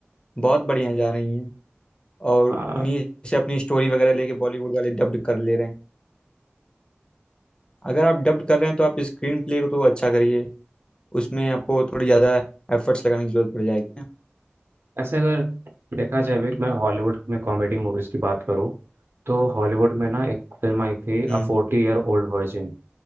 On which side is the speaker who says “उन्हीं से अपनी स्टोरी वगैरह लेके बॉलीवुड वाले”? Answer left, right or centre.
Left